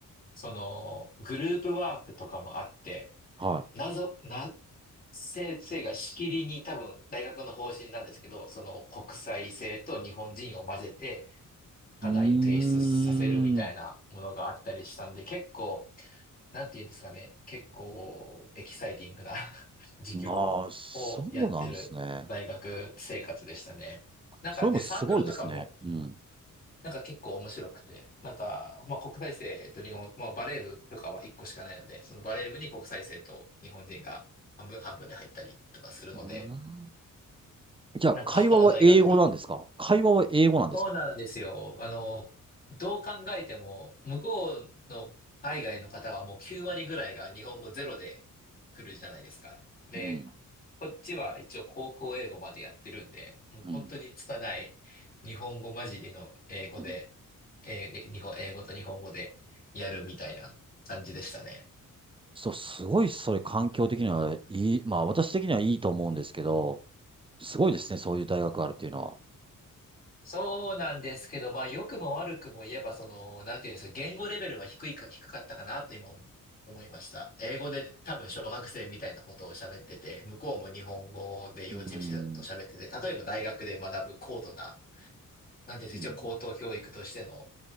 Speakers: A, on the left (about 25°); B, on the right (about 15°).
A: その、グループワークとかもあって、
B: は
A: 謎、な、先生がしきりに多分大学の方針なんですけど、その国際性と日本人を混ぜて課題を提出させるみたいなものがあったりしたんで、
B: い。うーん。
A: 結構なんて言うんですかね、結構エキサイティングな <laughs> 授業をやってる大学生活でしたね。
B: ああ、そうなんですね。
A: なんかで、
B: それもすごいですね。
A: サークルとかも、
B: うん。
A: なんか結構面白くて、なんか、まあ国際生と日本、まあバレー部とかは1個しかないので、そのバレー部に国際生と日本人が半分半分で入ったりとかするので、
B: うーんじゃあ、
A: なんか他の大学が
B: 会話は英語なんですか会話は英語なんですか
A: そうなんですよ。あの、どう考えても、向こうの海外の方はもう9割ぐらいが日本語ゼロで来るじゃないですか。で、
B: うん。
A: こっちは一応高校英語までやってるんで、もう本当に拙い日本語混じりの英語で、
B: うん。うん
A: えーで日本、英語と日本語でやるみたいな感じでしたね。
B: そう、すごい、それ環境的にはいい、まあ私的にはいいと思うんですけど、すごいですね、そういう大学があるっていうのは。
A: そうなんですけど、まあ、良くも悪くも言えば、その、なんていうんですか、言語レベルは低いか、低かったかなと今思思いました。英語で多分小学生みたいなことを喋ってて、向こうも日本語で幼稚園生と喋ってて、
B: うん。
A: 例えば大学で学ぶ高度な、なんていうんですか、
B: うん。
A: 一応高等教育としての